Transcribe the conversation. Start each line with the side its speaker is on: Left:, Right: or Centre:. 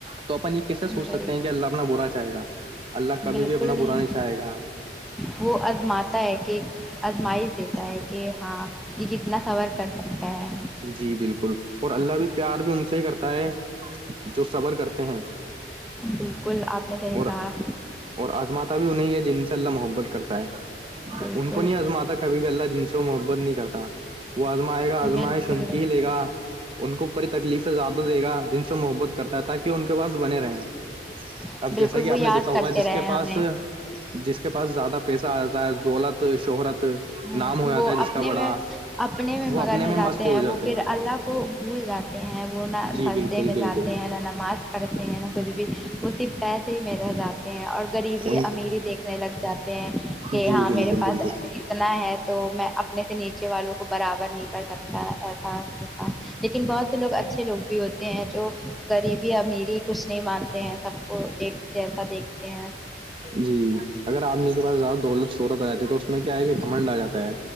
Right: تو اپن یہ کیسے سوچ
Centre: وہی
Right: سکتے ہیں کہ اللہ اپنا برا چاہے گا اللہ کے
Centre: بالکل نہیں
Right: جائے گا
Centre: وہ عزم آتا ہے کہ آزمائش دیتا ہے کہ ہاں یہ کتنا سور کر سکتا ہے
Right: جی بالکل اور اللہ بھی پیار بھی ان سے کرتا ہے جو صبر کرتے ہیں
Centre: بالکل آپ نے صحی
Right: اور
Centre: کہا
Right: اور آزماتا بھی انہیں ہے جن سے اللہ محبت کرتا ہے ان
Centre: بالکل
Right: کو نہیں آزماتا کبھی بھی اللہ جن سے محبت نہیں کرتا وہ آزمائے گا آزمائے
Centre: بالکل
Right: سنک ہی لے گا ان کو پی تکلیفیں زیادہ دے گا جن سے محبت کرتا ہے تاکہ وہ ان کے پاس بنے رہے ہیں
Centre: بالکل
Right: اب جیسا کہ
Centre: وہ
Right: آپ
Centre: یاد
Right: نے دیکھا ہوا
Centre: کرتے
Right: جس
Centre: رہے
Right: کے
Centre: ہمیں
Right: پاس جس کے پاس زیادہ پیسہ آتا ہے دولت شہرت
Centre: ہم،
Right: نام ہو جاتا
Centre: وہ
Right: ہے جس
Centre: اپنے
Right: کا بڑا
Centre: میں اپنے
Right: وہ
Centre: مگن
Right: اپنے میں مست ہو جاتے
Centre: وہ پھر
Right: ہیں
Centre: اللہ کو گول جات ہیں وہ نہ
Right: جی
Centre: سسدے
Right: بالکل
Centre: میں
Right: بالکل
Centre: جاتے ہیں نہ نماز پڑھتے ہیں نہ کچھ بھی اسی پیسے میں رہ جاتے اور غریبی
Right: ان
Centre: امری دیکھنے لگ جاتے ہیں کہ
Right: جی
Centre: ہاں
Right: بالکل
Centre: میرے پاس
Right: بالکل
Centre: اتنا ہے تو میں اپنے سے نیچے والوں کو برابر نہیں کر سکتا ای تھا لیکن بہت لوگ اچھے لوگ بھی ہوتے ہیں جو غریبی امیری کچھ نہیں مانتے ہیں سب کو ایک جیسا دیکھتے ہیں
Right: جی اگر آدمی کے پاس زیادہ دولت شہورت آ جاتی ہے تو اس میں کیا ہے کہ گھمنڈ آ جاتا ہے